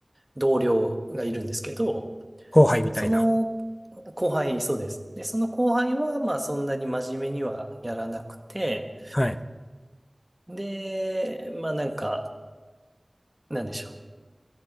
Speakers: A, on the right; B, on the left.
A: 同僚がいるんですけど、
B: 後輩みたいな。
A: その後輩、そうです。で、その後輩は、まあそんなに真面目にはやらなくて、
B: はい。
A: で、まあなんか、なんでしょう。